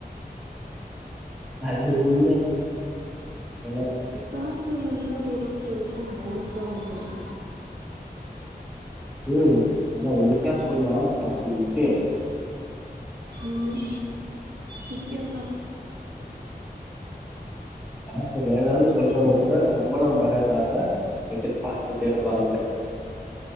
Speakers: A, in the centre; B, on the right.
A: அது உண்மதா என்ன பண்றது
B: காசு வந்து தா எல்லா உறவுகளுக்கும் போனஸா வந்துரும்
A: உஹம் அதான் உண்மையா சொன்னா காசு முக்கியம்
B: உம் முக்கியந்தா
A: காசு வேணான்னு சொல்றவங்க கூட சம்பளோ வர நாள எதிர்பாத்துட்டே இருப்பாங்க